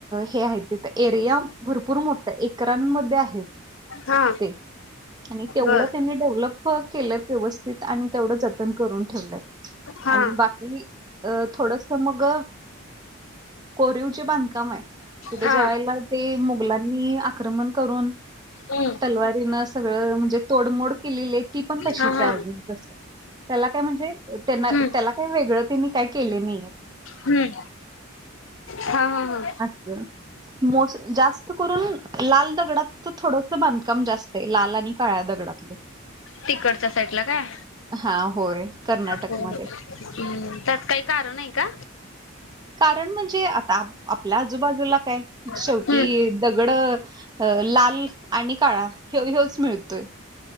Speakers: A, on the right; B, on the left.
A: हे आहे तिथं एरिया भरपूर मोठ एकरान मध्ये आहेत
B: हा
A: ते, आणि तेवढं
B: बर
A: त्यांनी डेव्हलप केलं व्यवस्थित, आणि तेवढं जतन करून ठेवल्यात
B: हा
A: आणि बाकी अ थोडस मग कोरीवचे बांधकाम हाय. तिथे
B: हा
A: ज्यायला ते मुघलांनी आक्रमण करून.
B: हम्म
A: तलवारीन सगळं म्हणजे तोडमोड केलेली हाईत. ती पण तशीच
B: हा हा
A: आहे अजून तसंच त्याला काय म्हणजे त्या
B: हम्म
A: वेगळं ते मी काय केले नाहीयेत.
B: हम्म हा हा हा.
A: तर <inaudible> मोस जास्त करून लाल दगडात तर थोडस बांधकाम जास्त आहे लाल आणि काळ्या दगडात. <unintelligible>
B: तिकडच्या साईडला काय?
A: हा होय. कर्नाटकमध्ये.
B: हम्म, त्यात काही कारण आहे का?
A: कारण म्हणजे आता आपल्या आजूबाजूला काय शेवटी
B: हम्म
A: दगड अ लाल आणि काळा हयोच मिळतोय.